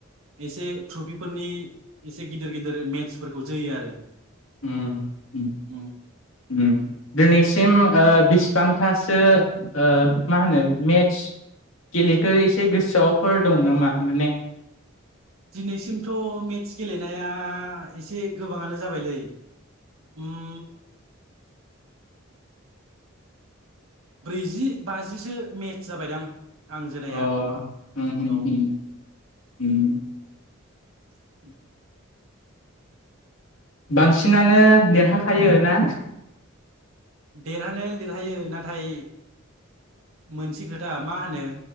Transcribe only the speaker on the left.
उम उम
उम दिनैसिम ओ बिसिबां थासो ओ माहोनो मेट्स गेलेखो एसे गोसोआवफोर दं नामा माने
अ होम होम
होम होम।
बांसिनानो देरहाखायो ना?